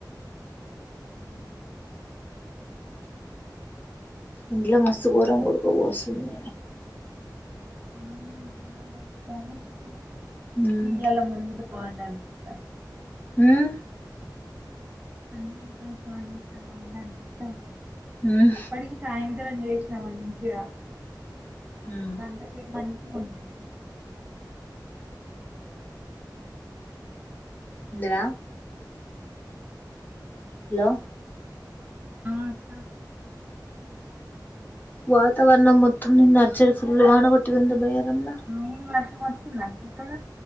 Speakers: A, on the right; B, on the left.
A: మ్మ్
B: ఇంట్లో మస్తు గోరం ఉడుకపోస్తుంది
A: <unintelligible>
B: ఉమ్
A: నీళ్లలా ముందు బాగున్నారు అంట
B: ఉమ్
A: అ <inaudible> బావుండు
B: ఉమ్
A: అప్పటికి సాయంత్రంన్ని చేసిన మంచిగా
B: ఉమ్
A: గంట సేపు మంచిగా ఉండే
B: అందరా హలో
A: ఆ అక్క
B: వాతావరణం మొత్తం నిన్న అర్చడి ఫుల్ వాన కొట్టదింద బయ్యరంలా
A: అవును వర్షం వచ్చిందా క్కడ